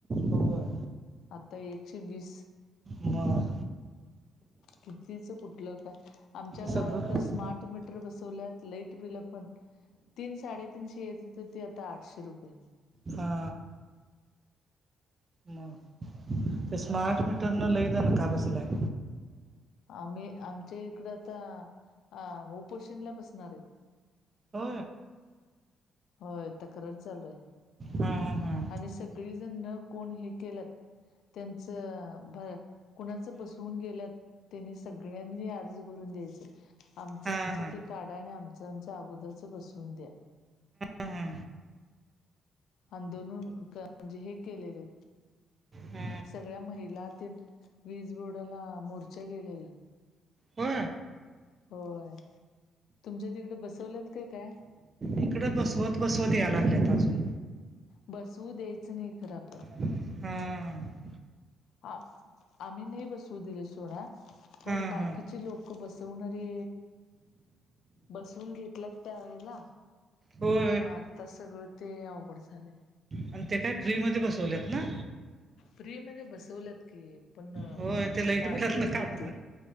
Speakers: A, on the right (about 35°); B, on the left (about 75°).
A: होय
B: आता एकशे वीस
A: मग
B: कितीच कुठलं काय आमच्या
A: तसं
B: गावात
A: ग
B: तर स्मार्ट मट बसल्या लाईट बिल पण तीन साडेतीीनशे येत होत ते आ आठशे रुपये
A: हा ह ते स्मार्ट
B: मग
A: मीटर न लई दे न का बसलाय
B: आम्ही आमच्या इकड आता अ उपोषणला बसणार आहेत
A: हो
B: होय तक्रार चालू आहे
A: हा हा हा
B: आणि सगळीजण न कोण हे केल्यात त्यांचंर कुणाच बसवून गेल्यात त्यांनी सगळ्यांनी अर्ज भरून द्यायचं आमचं
A: हा हा
B: आमचं ते कार्ड आणि आ आमच अगोदरच बसवून द्या
A: हा
B: आंदोलन म्हणजे हे केलेले
A: हा
B: सगळ्या महिलातील वीज बोर्डाला मोर्चा गेलेला
A: हो
B: होय तुमच्या तिकडे बसवल्यात काय काय
A: इकडं बसवत बसवत यायला लागलेत अजून
B: बसवू द्यायचं नाही खरं आपण
A: हम्
B: हा आम्ही नाही बसवू दिले सोन्या. पण
A: हा
B: बाकीचे
A: हा
B: लोक बसवणारे. बसून घेतल्यात त्यावेेळेला
A: होय
B: मग आता सगळं ते अवघड झालंय.
A: आणि ते काय फ्री म बसवलेत ना.
B: प्र्री मध्ये बसवलत की पण
A: होय ते लाईट
B: वाढलंय
A: बिलात ना काढणार
B: किती.